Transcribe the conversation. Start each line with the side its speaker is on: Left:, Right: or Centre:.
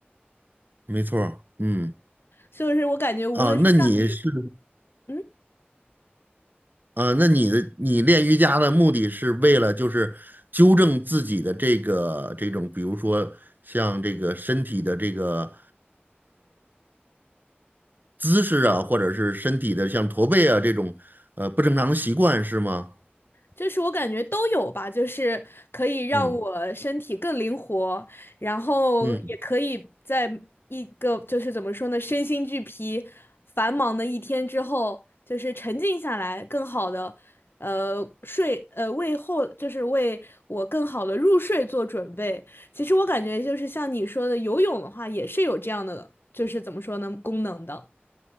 Right: 没错儿嗯。
Left: 就是我感觉无论是像你。
Right: 啊，那你是
Left: 嗯。
Right: 啊，那你的你练瑜伽的目的是为了就是纠正自己的这个这种，比如说像这个身体的这个姿势啊，或者是身体的像驼背啊这种呃不正常的习惯是吗？
Left: 就是我感觉都有吧，就是可以让我身体更灵活，
Right: 嗯
Left: 然后也可以在一个就是怎么说呢，
Right: 嗯，
Left: 身心俱疲、繁忙的一天之后，就是沉静下来，更好的呃睡呃为后就是为我更好的入睡做准备。其实我感觉就是像你说的，游泳的话也是有这样的，就是怎么说呢，功能的。